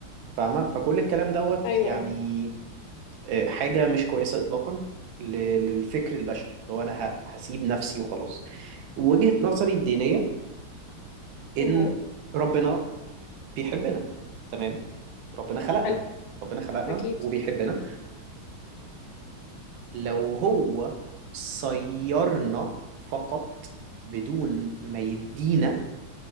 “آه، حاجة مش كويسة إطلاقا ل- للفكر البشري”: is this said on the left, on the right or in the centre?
Right